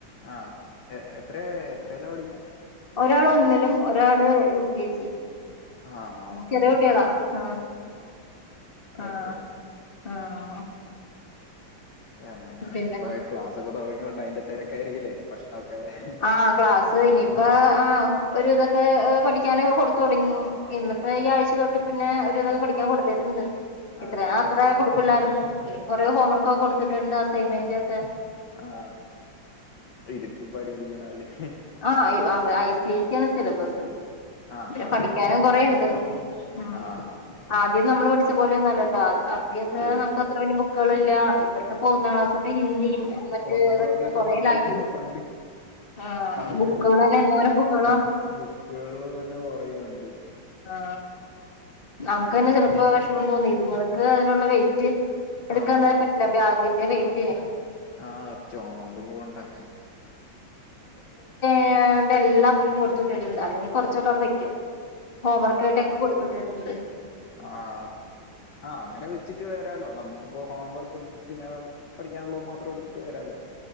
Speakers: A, on the left; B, on the left.
A: ആഹ് എത്രയ എത്രേലാ പഠിക്ക്ണെ
B: ഒരാളൊന്നിലും ഒരാള് യു കെ ജി
A: ആഹ് ആണോ
B: ചെറിയ കുട്ടികളാ ആഹ് ആഹ്
A: ഓക്കെ
B: ആഹ്
A: അങ്ങനെ
B: പിന്നെ
A: ഇപ്പൊ ക്ലാസൊക്കെ തൊടങ്ങിയോണ്ട് അയിന്റെ തിരക്കായിരിക്കില്ലേ ഭക്ഷണൊക്കെഹ്
B: ആ ക്ലാസ്സ് ഇനിയിപ്പ ആ ഒരുവിദൊക്കെ പഠിക്കാനൊക്കെ കൊടുത്തൊടങ്ങി ഇന്നിപ്പോ ഈ ആഴ്ച
A: ആഹ്
B: തൊട്ട് പിന്നെ ഒരുവിതൊക്കെ പഠിക്കാൻ കൊടുത്തിട്ടുണ്ട് ഇത്ര
A: അതെ അതെ
B: അത്ര കൊടുക്കൂല്ലാരുന്നു ഇനി കൊറേ ഹോംവർക്ക് ഒക്കെ കൊടുത്തിട്ടുണ്ട് അസൈൻമെന്റക്കെ
A: ആഹ് ഇരുത്തി പഠിപ്പിക്കണം അല്ലേഹ്
B: ആ ഐവ ഐ സി ഐ സി ആണ് സിലബസ്
A: ആഹ്
B: പിന്നെ
A: ആഹ്
B: പഠിക്കാനും കൊറെണ്ട് ഉം
A: ആഹ്
B: ആദ്യം നമ്മള് പഠിച്ച പോലൊന്നും അല്ലല്ലോ ആ ആദ്യൊക്കെ
A: ഏയ്
B: നമുക്കത്ര വല്യ ബുക്കുകള്ല്ല ഇവർക്ക്പ്പോ ഒന്നാം ക്ലാസൊട്ടെ ഹിന്ദിയും മറ്റേ
A: പ്പൊന്നാം
B: ഇതൊക്കെ
A: ക്ലാസായിട്ട്
B: കൊറേ
A: നമ്മള്
B: ലാംഗ്വേജ്
A: ഹ് പണ്ടി
B: ആഹ് <unintelligible>
A: ഇപ്പോ
B: എന്തോരം ബുക്കുകളാ
A: ബുക്കുകളന്നെ കൊറെയൊണ്ട്
B: ആ നമുക്ക്
A: ഉം
B: തന്നെ ചെലപ്പോ വെഷമം തോന്നി ഇത്ങ്ങൾക്ക് അതിനുള്ള വെയിറ്റ് എടുക്കാൻ
A: ആഹ്
B: തന്നെ പറ്റില്ല ബ്യാഗിന്റെ വെയ്റ്റേ
A: ആഹ് ചൊമന്നോണ്ട് പോവണ്ടേ
B: ൻ്റെ എല്ലാ ബുക്കും കൊടുത്ത് വിട്ടിട്ടുണ്ട് അല്ലെങ്കിൽ കുറച്ചൊക്കെ അവിടെ വയ്ക്കും ഹോം വർക്കായിട്ടൊക്കെ കൊടുത്തു വിട്ടിട്ടുണ്ട്
A: ആഹ് ആഹ് അങ്ങനെ വെ ച്ചിട്ട് വരാലോ നമുക്കിപ്പോ ഹോം വർക്കും പിന്നെ പഠിക്കാനുള്ളതും മാത്രം എടുത്തിട്ട് വരാല്ലോ